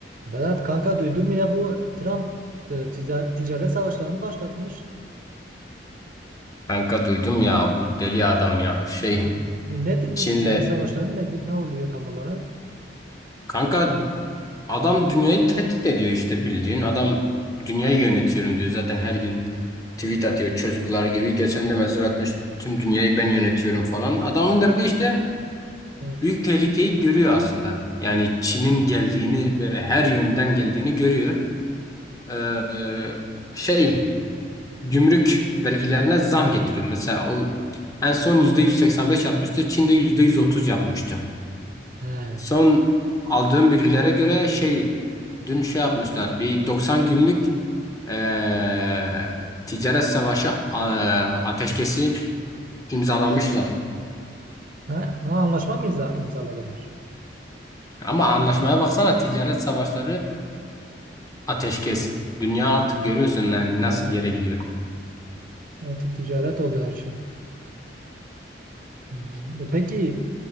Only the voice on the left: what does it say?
Kanka duydum ya bu deli adam ya şey
Çin'le
kanka adam dünyayı tehdit ediyor işte bildiğin adam dünyayı yönetiyorum diyor zaten her gün tweet atıyor çocuklar gibi geçen de mesaj atmış tüm dünyayı ben yönetiyorum falan adamın derdi işte
büyük tehlikeyi görüyor aslında yani Çin'in geldiğini böyle her yönden geldiğini görüyor Ee, şey gümrük vergilerine zam getiriyor mesela o en son %185 yapmıştı Çin'de %130 yapmıştı.
Son aldığım bilgilere göre şey dün şey yapmışlar bir 90 günlük eee, ticaret savaşı eee, ateşkesi imzalamışlar.
Ama anlaşmaya baksana ticaret savaşları ateşkes. Dünya artık görüyorsun yani nasıl
bir yere gidiyor.